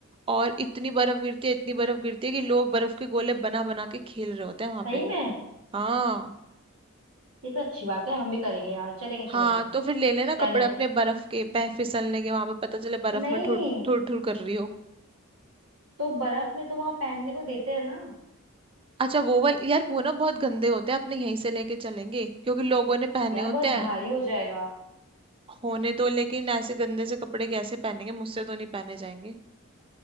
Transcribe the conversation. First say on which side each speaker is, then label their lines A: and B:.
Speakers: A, on the right; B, on the right.
A: और इतनी बर्फ गिरती है इतनी बर्फ गिरती है कि लोग बर्फ के गोले बना बना के खेल रहे होते हैं वहां पे
B: सही में
A: हाँ
B: ये तो अच्छी बात है हम भी करेंगे यार चलेंगे चलेंगे
A: हाँ तो फिर ले लेना
B: डन
A: कपड़े
B: है
A: अपने बर्फ के पह फिसलने के वहां पे पता चले बर्फ
B: नहीं
A: में ठुर ठुर ठुर कर रही हो
B: तो बर्फ में तो वहां पहनने को देते हैं ना
A: अच्छा वो वाले यार वो ना बहुत गंदे होते हैं अपने यहीं से लेके चलेंगे क्योंकि लोगों ने पहने
B: यार
A: होते
B: बहुत
A: हैं
B: भारी हो जाएगा
A: होने तो लेकिन ऐसे गंदे से कपड़े कैसे पहनेंगे मुझसे तो नहीं पहने जाएंगे